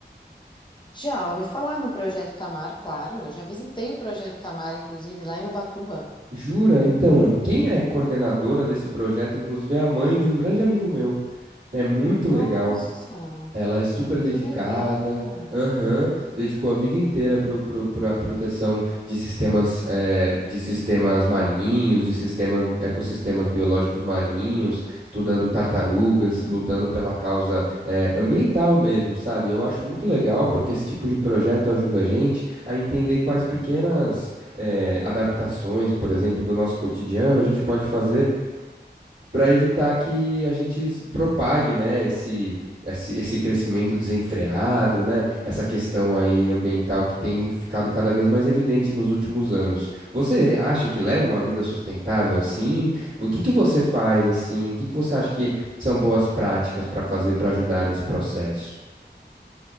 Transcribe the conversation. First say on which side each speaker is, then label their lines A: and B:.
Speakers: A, on the left; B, on the right.
A: Já ouvi falar no Projeto Tamar, claro. Eu já visitei o Projeto Tamar, inclusive, lá em Ubatuba.
B: Jura? Então, quem é coordenadora
A: Juro.
B: desse projeto, inclusive, é a mãe de um grande amigo meu. É muito legal.
A: Nossa,
B: Ela é super dedicada,
A: que legal.
B: aham, dedicou a vida inteira para a proteção de sistemas, eh, de sistemas marinhos, de sistemas, ecossistemas biológicos marinhos, estudando tartarugas, lutando pela causa, eh, ambiental mesmo, sabe? Eu acho muito legal porque esse tipo de projeto ajuda a gente a entender quais pequenas, eh, adaptações, por exemplo, do nosso cotidiano a gente pode fazer para evitar que a gente se propague, né, esse, esse, esse crescimento desenfreado, né, essa questão aí ambiental que tem ficado cada vez mais evidente nos últimos anos. Você acha que leva uma vida sustentável assim? O que que você faz assim? O que que você acha que são boas práticas para fazer para ajudar nesse processo?